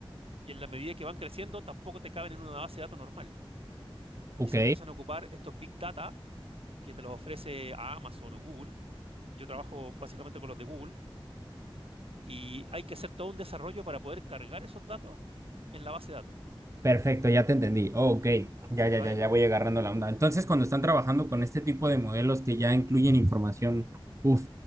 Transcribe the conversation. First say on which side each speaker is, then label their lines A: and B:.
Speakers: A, on the right; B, on the right.
A: Y en la medida que van creciendo, tampoco te caben en una base de datos normal.
B: Ok,
A: Y se empiezan a ocupar estos big data que te los ofrece a Amazon o Google. Yo trabajo básicamente con los de Google Y hay que hacer todo un desarrollo para poder cargar esos datos en la base de datos,
B: perfecto, ya te entendí. Oh, ok, ya, ya,
A: ¿vale?
B: ya, ya voy agarrando la onda. Entonces, cuando están trabajando con este tipo de modelos que ya incluyen información, uff,